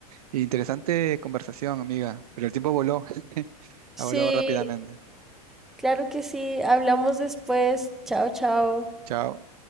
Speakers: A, on the right (about 70°); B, in the centre.
A: Interesante conversación, amiga, pero el tiempo voló, <laughs>
B: Sí,
A: ha volado rápidamente.
B: claro que sí. Hablamos después. Chao, chao.
A: Chao.